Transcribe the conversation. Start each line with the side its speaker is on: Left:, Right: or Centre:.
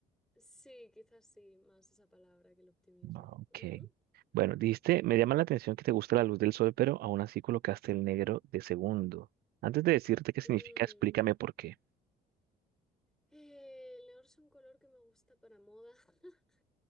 Centre: Sí, quizás sí, más esa palabra que el optimismo.
Right: Ah, Ok.
Centre: Ujú.
Right: Bueno, dijiste, me llama la atención que te gusta la luz del sol, pero aún así colocaste el negro de segundo. Antes de decirte qué significa,
Centre: Mm.
Right: explícame por qué.
Centre: Eh, el negro es un color que me gusta para moda, <laughs>